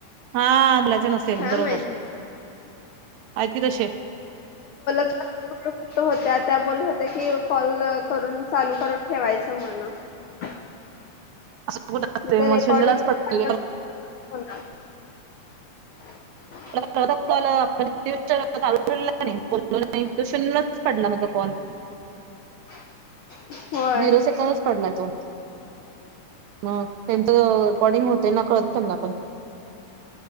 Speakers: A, on the right; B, on the left.
A: हा बोलायचं नसेल,
B: काय
A: बरोबर.
B: माहित
A: आहेत की तसे
B: <unintelligible> त्या होत्या त्या बोलत होत्या की कॉल करून चालू करून ठेवायचं म्हण. <unintelligible>
A: अस कुठं असतंय,
B: ते रेकॉर्डिंग
A: मग शून्यलाच पड
B: होणार
A: <unintelligible>
B: <unintelligible>
A: माझा पहिला कॉल आपण चालूच ठेवलेला कनई बोललोच नाही तो शून्यच पडला माझा कॉल.
B: <inaudible> होय
A: झीरो सेकंदच पडलाय तो, मग त्या हो. रेकॉर्डिंग होतंय ना कळतंय त्यांना पण